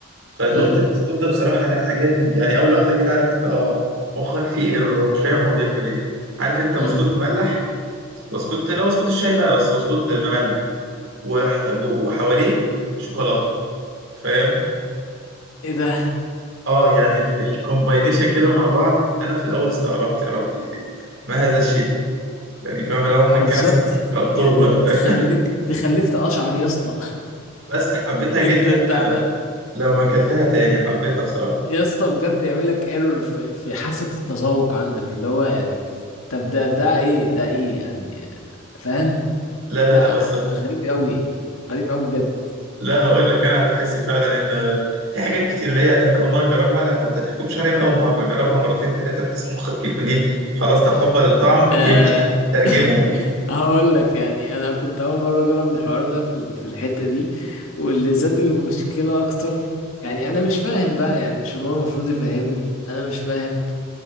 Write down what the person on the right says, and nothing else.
فدقت
البسكوت ده بصراحة لا عجبني يعني أول واحدة كده عارف انت اه مخك فيه ايرور هو مش فاهم هو بياكل ايه عارف انت بسكوت
مملح بسكوت لا بسكوت الشاي بقى بس بسكوت مملح وح... جو- وحواليه شوكولاته فاهم
اه يعني ال- الكومباينيشن كده مع بعض انا في الاول استغربت يا ربي ما هذا الشيء يعني فاهم لو من
كان سحرا فابطاله
بقى فاهم
بس حبيتها
جدا
آه،
لما اكلتها تاني حبيتها بصراحه
لا لا
لا بس
لا هقول لك انا بحس فعلا ان آه، في حاجات كتير اللي هي انت اول مره تجربها لا ما تحكمش عليها من اول مره جربها مرتين ثلاثه بحيث مخك يكون ايه خلاص تقبل الطعم
يبدا يترجمه